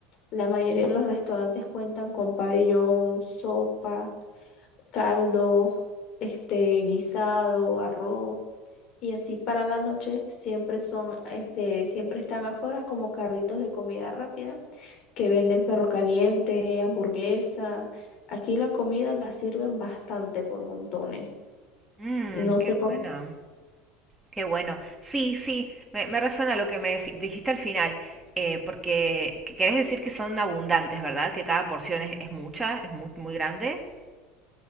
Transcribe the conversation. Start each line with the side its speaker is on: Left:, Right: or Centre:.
Left: la mayoría de los restaurantes cuentan con pabellón, sopa caldo, este guisado, arroz y así para la noche siempre son, este, siempre están afuera como carritos de comida rápida que venden perro caliente, hamburguesa. Aquí la comida la sirven bastante por montones.
Right: Mm,
Left: No
Right: qué
Left: sé cómo.
Right: bueno. Qué bueno. Sí, sí, me, me resuena lo que me deci- dijiste al final, eh, porque qu- querés decir que son abundantes, ¿verdad? Que cada porción es, es mucha, es muy, muy grande.